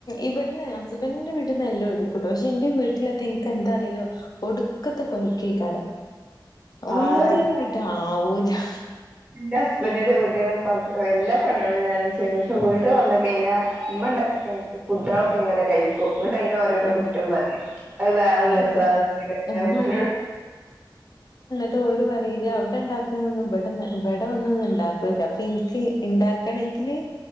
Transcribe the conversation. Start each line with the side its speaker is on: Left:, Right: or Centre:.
Left: ഇബട്ന്ന് ഹസ്ബൻഡിന്റെ വീട്ടന്ന് എല്ലോം എടുക്കുട്ടോ പക്ഷെ എന്റെ വീട്ട്ലെത്തിയാ ഇൻക്ക് എന്താ അറീലാ ഒടുക്കത്തെ കൊഴ്ക്കെയ്ക്കാരം
Right: ആ
Left: ഒന്നിനും
Right: അതല്ല
Left: ഇങ്ങട്ട് ആവൂലാ
Right: ഇന്റെ ഹസ്ബെന്റിന് പിന്നെ പകു എല്ലാ പണികളും ഞാനും ചെയ്യും പക്ഷെ വീട്ട് വന്ന് കെഴിഞ്ഞാ ഇമ്മ ഇണ്ടാക്കി കഴിക്കും ഫുഡാളൊക്കെ ഇങ്ങനെ കഴിക്കും ഇങ്ങട്ട് അയിൻ ഓരോരോ
Left: ആ,
Right: കുറ്റം പ റിം അയ് വേറെ ഒര്
Left: അതെ
Right: രസാണ് ഇങ്ങട്ട്
Left: ഉം.
Right: ഞാൻ ഇമ്മാനോട്
Left: ട്ട് ഓര് പറിയെ ഇജ് ഔ ത്തെ ഇണ്ടാക്ക്ന്നെന്ന് ഇബടെ ഒന്ന് ഇബടെ വന്ന് ഒന്ന് ഇണ്ടാക്കോച്ച് അ എനിക്ക് ഉണ്ടാക്ക ക്കണെങ്കില്